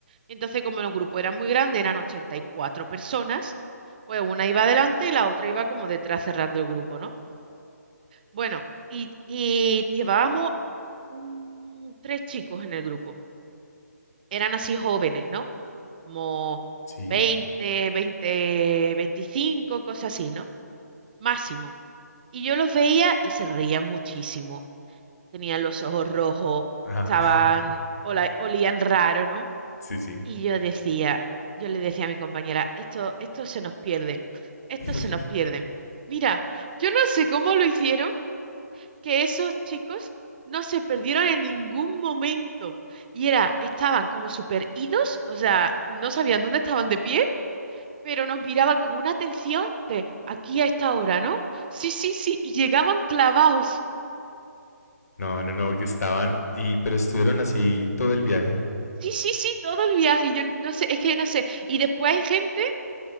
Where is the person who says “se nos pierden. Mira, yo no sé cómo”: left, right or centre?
Right